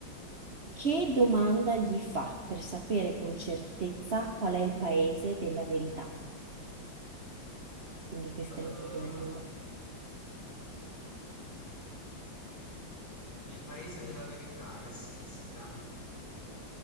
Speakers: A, on the right; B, on the left.
A: Che domanda gli fa per sapere con certezza qual è il paese della verità? Quindi questo
B: Ehm,
A: è l'indovinello.
B: il paese della verità è a sinistra?